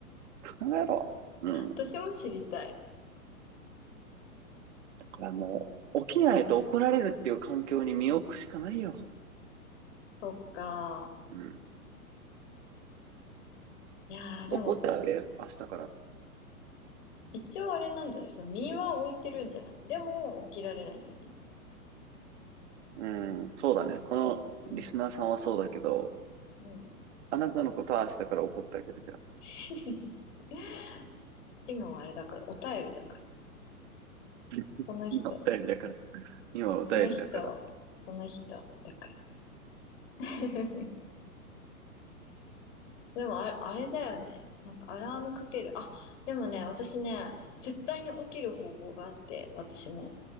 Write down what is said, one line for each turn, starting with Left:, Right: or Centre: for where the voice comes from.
Right: 考えろ。うん。だ
Left: 私も知りたい。
Right: からもう、起きないと怒られるっていう環境に身を置くしかないよ。
Left: うんそっか。
Right: うん。
Left: いやー、
Right: 怒ってあげる、
Left: でも
Right: 明日から。
Left: 一応あれなんじゃないその身は置いてるんじゃないでも起きられないんじゃない
Right: うん、そうだね。このリスナーさんはそうだけど、
Left: うん。うん。
Right: あなたのことは明日から怒ってあげるじゃん。
Left: <laughs> 今はあれだから、お便りだから。
Right: <laughs>
Left: その人、
Right: 今お便りだから。今お便りだから。
Left: その人、その人だから。<laughs> でもあれ、あれだよね。なんかアラームかける。あ、でもね、私ね、絶対に起きる方法があって、私も